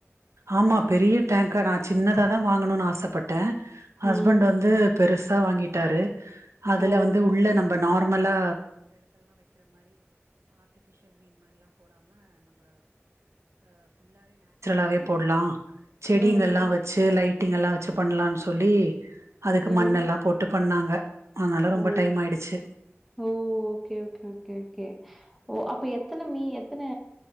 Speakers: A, on the right (about 85°); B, in the centre.
A: ஆமா பெரிய டேங்க்கா நான் சின்னதா தான் வாங்கணும்னு ஆசைப்பட்டேன் ஹஸ்பண்ட்
B: ம்
A: வந்து பெருசு இதோ வாங்கிட்டாரு அதுல
B: ஓ
A: வந்து உள்ள நம்ம நார் <unintelligible> போடலாம் செடிங்க
B: ம்
A: எல்லாம் வச்சு லைட் வட்டிங்க எல்லாம் வச்சு பண்ணலாம்னு சொல்லி அதுக்கு
B: ம்
A: மண்ணெல்லாம் போட்டு பண்ணாங்க அதனால ரொம்ப
B: ஓ
A: டைம் ஆயிடுச்சு
B: ஓஓகேஓேஓே ஓகேஓ இப்ப எத்தனை மீன் எத்தனை